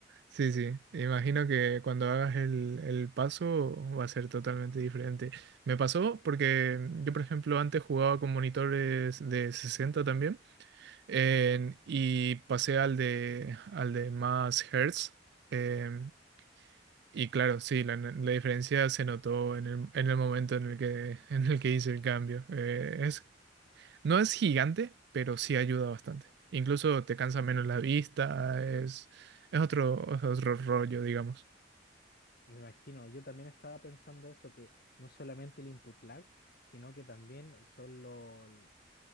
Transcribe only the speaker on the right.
Sí, sí, imagino que cuando hagas el, el paso va a ser totalmente diferente. Me pasó porque yo, por ejemplo, antes jugaba con monitores de 60 también en- y pasé al de, al de más hertz. em, y claro, sí, la, la diferencia se notó en el, en el momento en el que, <laughs> en el que hice el cambio. Eh, es, no es gigante, pero sí ayuda bastante. Incluso te cansa menos la vista, es, es otro, es otro rollo, digamos.